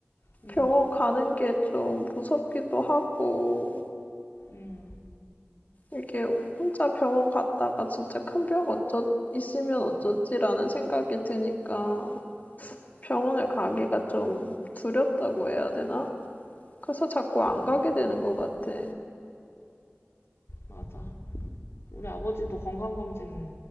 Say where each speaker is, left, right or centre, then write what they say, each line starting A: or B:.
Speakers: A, on the left (about 85°); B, on the left (about 40°).
A: 응,
B: 병원 가는 게 좀 무섭기도 하고,
A: 응,
B: 이게 혼자 병원 갔다가 진짜 큰 병 어쩌, 있으면 어쩌지라는 생각이 드니까 병원을 가기가 좀 두렵다고 해야 되나? 그래서 자꾸 안 가게
A: 응,
B: 되는 것 같아.
A: 맞아. 우리 아버지도 건강검진